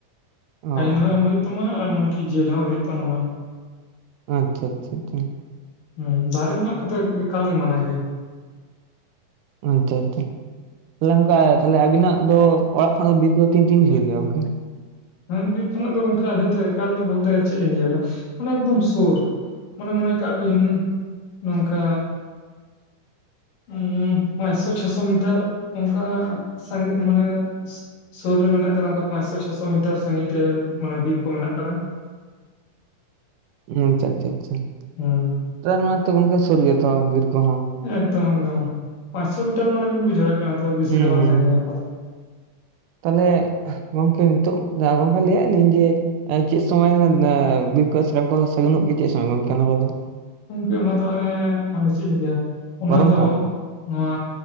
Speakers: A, on the right; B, on the left.
A: ᱚ
B: ᱯᱷᱟᱭᱤᱱ ᱦᱚᱸ ᱮᱢ ᱦᱩᱭᱩᱜ ᱛᱩᱢᱟ ᱮᱢᱚᱱ ᱠᱤ ᱡᱮᱞ ᱦᱚᱸ ᱦᱩᱭᱩᱜ ᱛᱟᱵᱚᱱᱟ᱾
A: ᱟᱪᱪᱷᱟ ᱟᱪᱪᱷᱟ ᱟᱪᱪᱷᱟ᱾
B: ᱦᱮᱸ, ᱫᱟᱨᱮ ᱢᱟᱜ ᱠᱚᱫᱚ ᱮᱠᱟᱞ ᱜᱮ ᱢᱟᱱᱟ ᱜᱮᱭᱟ᱾
A: ᱟᱪᱪᱷᱟ ᱟᱪᱪᱷᱟ ᱟᱪᱪᱷᱟ ᱾ ᱛᱟᱦᱚᱞᱮ ᱚᱱᱠᱟ ᱛᱟᱦᱚᱞᱮ ᱟᱹᱵᱤᱱᱟᱜ ᱫᱚ ᱚᱲᱟᱜ ᱠᱷᱚᱱᱟᱜ ᱫᱚ ᱵᱤᱨ ᱠᱚᱫᱚ ᱛᱤᱱ ᱛᱤᱱ ᱡᱷᱟᱹᱞ ᱜᱮᱭᱟ ᱜᱚᱝᱠᱮ?
B: ᱦᱮᱸ, ᱵᱤᱨ ᱠᱷᱚᱱᱟᱜ ᱫᱚ ᱜᱚᱝᱠᱮ ᱟᱹᱞᱤᱧ ᱫᱚ ᱮᱠᱟᱞ ᱫᱚ ᱵᱚᱞᱛᱮ ᱪᱮᱫ ᱞᱤᱧ ᱞᱟᱹᱭᱟᱵᱤᱱᱟ ᱢᱟᱱᱮ ᱮᱠᱫᱚᱢ ᱥᱩᱨ᱾ ᱢᱚᱱᱮ ᱢᱚᱱᱮ ᱠᱟᱜ ᱵᱤᱱ ᱱᱚᱝᱠᱟ ᱩᱸ, ᱯᱟᱸᱪᱥᱚ ᱪᱷᱚᱥᱚ ᱢᱤᱴᱟᱨ ᱚᱱᱠᱟ ᱥᱟᱸᱜᱤ ᱢᱟᱱᱮ ᱥᱩᱨ ᱨᱮ ᱢᱮᱱᱟᱜ ᱟᱠᱟᱫᱟ ᱚᱱᱠᱟ ᱯᱟᱸᱪᱥᱚ ᱪᱷᱚᱥᱚ ᱢᱤᱴᱟᱨ ᱥᱟᱺᱜᱤᱧ ᱨᱮ ᱢᱟᱱᱮ ᱵᱤᱨ ᱠᱚ ᱢᱮᱱᱟᱜ ᱟᱠᱟᱫᱟ᱾
A: ᱩᱸ, ᱟᱪᱪᱷᱟ ᱟᱪᱪᱷᱟ ᱟᱪᱪᱷᱟ᱾
B: ᱦᱩᱸ᱾
A: ᱛᱟᱨ ᱢᱟᱱᱮ ᱛᱚ ᱜᱚᱝᱠᱮ ᱥᱩᱨ ᱜᱮᱭᱟ ᱛᱚ ᱵᱤᱨ ᱠᱚᱦᱚᱸ᱾
B: ᱮᱠᱫᱚᱢ ᱮᱠᱫᱚᱢ, ᱯᱟᱸᱪᱥᱚ ᱢᱤᱴᱟᱨ ᱢᱟᱱᱮ ᱵᱤᱱ ᱵᱩᱡᱷᱟᱹᱣ ᱫᱟᱲᱮᱭᱟᱜ ᱠᱟᱱᱟ ᱛᱚ ᱵᱮᱥᱤ
A: ᱦᱩᱸ
B: ᱫᱚ ᱵᱟᱝ
A: ᱦᱩᱸ
B: ᱥᱟᱺᱜᱤᱧᱟ
A: ᱦᱩᱸ᱾
B: ᱯᱟᱞᱮᱱ᱾ <inaudible>
A: ᱛᱟᱦᱚᱞᱮ ᱜᱚᱝᱠᱮ ᱱᱤᱛᱚᱜ ᱫᱚ ᱜᱚᱝᱠᱮ ᱞᱟᱹᱭᱮᱫ ᱞᱤᱧ ᱡᱮ ᱪᱮᱫ ᱥᱚᱢᱚᱭ ᱚᱱᱮ ᱮᱸ ᱵᱤᱨ ᱠᱚᱨᱮ ᱥᱟᱠᱟᱢ ᱠᱚ ᱥᱟᱹᱜᱩᱱᱚᱜ ᱜᱮᱭᱟ ᱪᱮᱫ ᱥᱚᱢᱚᱭ ᱜᱚᱝᱠᱮ ᱚᱱᱟ ᱠᱚᱫᱚ?
B: ᱜᱚᱝᱠᱮ ᱚᱱᱟ ᱫᱚ ᱦᱟᱱᱮ ᱢᱟᱱᱮ ᱪᱮᱫ ᱤᱧ ᱞᱟᱹᱭᱟ ᱚᱱᱟ
A: ᱜᱚᱨᱚᱢ
B: ᱫᱚ
A: ᱠᱟᱞ?
B: ᱱᱚᱣᱟ